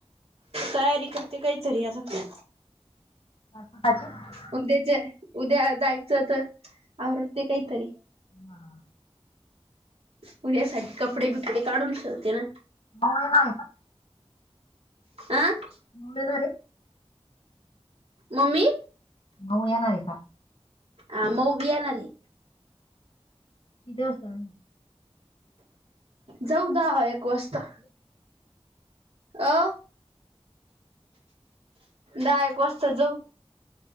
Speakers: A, on the right; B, on the left.
A: तयारी करते विचार त्यासाठी,
B: <unintelligible>
A: उद्या जे उद्या जायचं तर आवर ते काहीतरी.
B: हा,
A: उद्यासाठी कपडे बिपडे काढून ठेवते ना.
B: बाहेर गेले का.
A: ''आं''
B: <unintelligible> रे
A: मम्मी.
B: भाऊ येनार आहे का.
A: अ मऊ बि येनारेय.
B: किती वाजता.
A: जाउ दहा एक वाजता. अ दहा एक वाजता जाऊ.